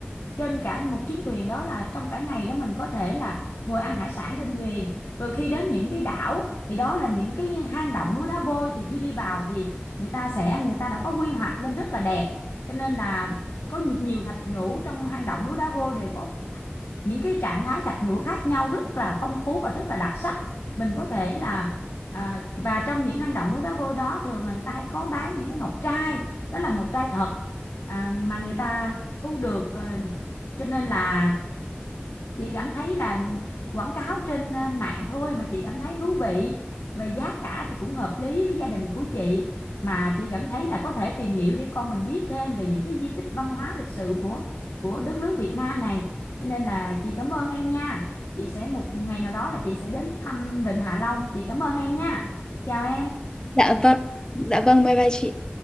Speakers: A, on the left (about 85°); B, on the left (about 20°).
A: trên cả một chuyến thuyền đó là trong cả ngày đó mình có thể là ngồi ăn hải sản trên thuyền rồi khi đến những cái đảo thì đó là những cái hang động núi đá vôi thì khi đi vào thì người ta sẽ người ta đã có quy hoạch lên rất là đẹp cho nên là có nhiều thạch nhũ trong hang động núi đá vôi đều có những cái trạng thái thạch nhũ khác nhau rất là phong phú và rất là đặc sắc mình có thể là à, và trong những hang động núi đá vôi đó thường là người ta hay có bán những cái ngọc trai đó là ngọc trai thật à, mà người ta thu được ờ, cho nên là chị cảm thấy là quảng cáo trên, à, mạng thôi mà chị cảm thấy thú vị, về giá cả thì cũng hợp lý với gia đình của chị. Mà chị cảm thấy là có thể tìm hiểu để con mình biết thêm về những cái di tích văn hóa lịch sử của của đất nước Việt Nam này. Cho nên là chị cảm ơn em nha. Chị sẽ một ngày nào đó là chị sẽ đến thăm Vịnh Hạ Long. Chị cảm ơn em nha. Chào em.
B: dạ vâng dạ vâng bye bye chị